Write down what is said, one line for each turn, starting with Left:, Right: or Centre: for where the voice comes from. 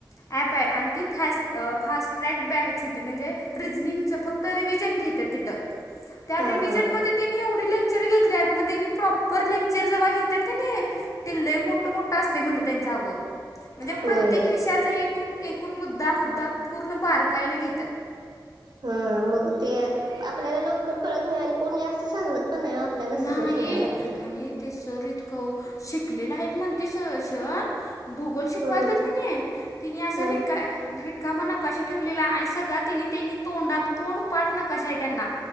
Left: ॲप आहे आणि ती फॅस्ट फास्ट ट्रॅक बॅच होती म्हणजे रिजनिंगचं फक्त फक्त रिविजन घेतात तिथं, त्या
Right: हा
Left: रिविजन मध्ये त्यांनी एवढे लेक्चर घेतले अन म त्यानी प्रॉपर लेक्चर जेव्हा घेतात का ते लय मोठ मोठ असते म्हण त्यांच अग म्हणजे
Right: होय
Left: प्रत्येक विषयाचा एकूण एकूण मुद्दा मुद्दा पूर्ण बारकाईने घेत्यात.
Right: ह मग ते आपल्याला लवकर कळत नाही आणि कोण जास्त सांगत पण नाही आपल्याला
Left: नाही
Right: सगळं शोधायला लागतंय
Left: आणि ते सर इतक शिकलेलं आहे म्हण ते सर भूगोल शिकवालता
Right: हम्म
Left: का त्यानी तिने असं
Right: हम्म
Left: रिका रिकामा नकाशा ठेवलेला आणि सगळा तिनी त्यांनी तोंडा तोंड पाठ नकाशा आहे त्यांना